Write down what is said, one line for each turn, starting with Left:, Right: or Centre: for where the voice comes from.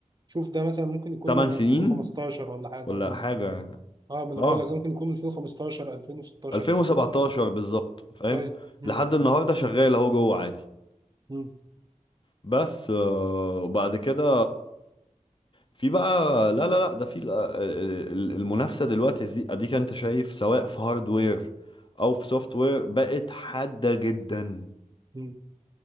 Right: شوف ده مثلا ممكن يكون
Left: 8
Right: من
Left: سنين
Right: 2015 ولا حاجة
Left: ولا
Right: أظن
Left: حاجة يعني
Right: اه ما انا
Left: اه
Right: بقول لك ده ممكن يكون من 2015 2016
Left: 2017
Right: في الحدود دي
Left: بالظبط فاهم
Right: طيب مم.
Left: لحد النهاردة شغال اهو جوه عادي
Right: مم.
Left: بس آه وبعد كده في بقى لا لا لا ده في ال- ال- ال- المنافسة دلوقتي دي اديك انت شايف سواء في هاردوير او في سوفت وير بقت حادة جدا
Right: مم.